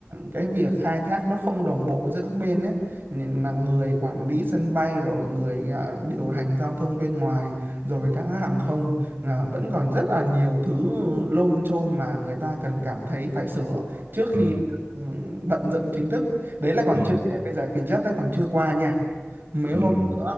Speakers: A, on the right; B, on the right.
A: cái việc khai thác nó không đồng bộ giữa các bên ấy. Nên là người quản lý sân bay rồi người ờ, điều hành giao thông bên ngoài rồi các hãng hàng không ờ, vẫn còn rất là nhiều thứ lôm chôm mà người ta cần cảm thấy phải sửa trước khi
B: ừ,
A: ừ, vận dựng chính thức. Đấy là còn
B: ừ,
A: chưa kể bây giờ Vietjet đã còn chưa qua nha mấy hôm
B: ừ. ừ.
A: cỡ,